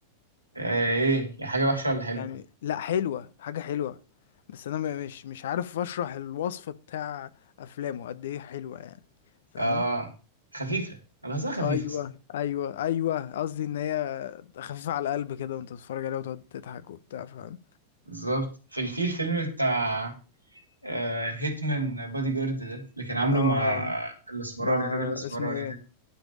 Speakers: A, on the right (about 85°); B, on the left (about 60°).
A: آه ايه يا حاجه وحشه ولا حلوه
B: يعني فاهم. لا حلوة حاجة حلوة بس انا م- مش مش عارف اشرح الوصف بتاع افلامه قد ايه حلوة يعني فاهم
A: اه خفيفه انا بحسها خفيفه
B: ايوه
A: اصلا
B: ايوه ايوه قصدي ان هي خفيفة على القلب كده وانت تتفرج عليها وتقعد تضحك وبتاع فاهم
A: بالظبط في الفيل فيلم بتاع آه، هيتمان بادي جارد ده اللي كان عامله
B: اه
A: مع الاسمراني
B: مع
A: الراجل الاسمراني
B: اسمه ايه
A: ده